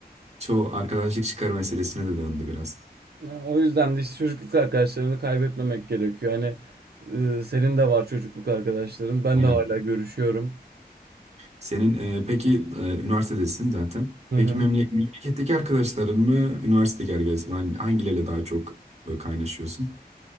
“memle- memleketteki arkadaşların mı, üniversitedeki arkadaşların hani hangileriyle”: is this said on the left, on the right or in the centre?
Right